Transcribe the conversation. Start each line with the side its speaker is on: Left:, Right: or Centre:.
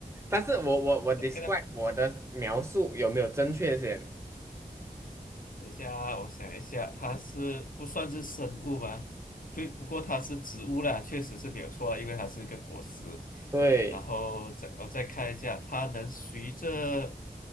Right: 但是我我我 describe
Left: <laughs>，OK 了，
Right: 我的描述有没有正确些？
Left: 等一下，我想一下，它是不算是生物吗？对，不过它是植物啦，确实是没有错啊，因为它是一个果实。
Right: 对，
Left: 然后再我再看一下，它能随着